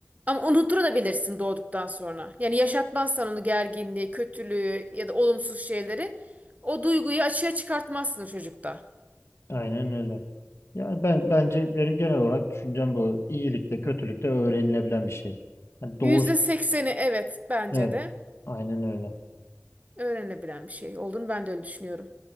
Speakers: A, on the right (about 35°); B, on the left (about 75°).
A: Ama unutturabilirsin doğduktan sonra. Yani yaşatmazsan onu gerginliği, kötülüğü ya da olumsuz şeyleri o duyguyu açığa çıkartmazsın çocukta.
B: Aynen öyle. Yani ben bence benim genel olarak düşüncem bu. İyilikte kötülükte öğrenilebilen bir şey. Yani doğuş
A: yüzde sekseni evet bence
B: evet
A: de
B: aynen öyle.
A: öğrenebilen bir şey olduğunu ben de öyle düşünüyorum.